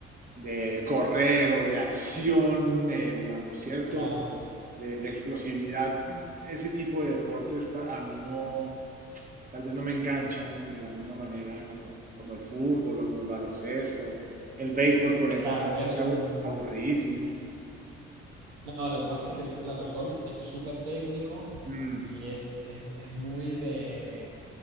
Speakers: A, on the right; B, on the right.
A: de correr o de acción, eh, digamos, ¿cierto?
B: claro.
A: de, de explosividad, ese tipo de deportes para, a mí no, tal vez no me enganchan de la misma manera como, como el fútbol o como el baloncesto. El béisbol, por ejemplo,
B: Claro,
A: me parece
B: es
A: abu-
B: un...
A: aburridísimo.
B: No, lo que pasa es que, lo- claro, el golf es súper técnico
A: Mm,
B: y es, es, es muy de,